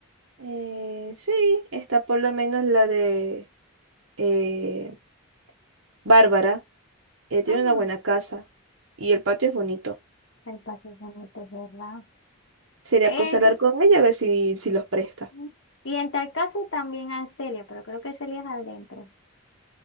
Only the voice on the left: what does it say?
Ah,
el patio es bonito, ¿verdad?
Ella.
ujú. Y en tal caso también a Celia, pero creo que Celia es adentro.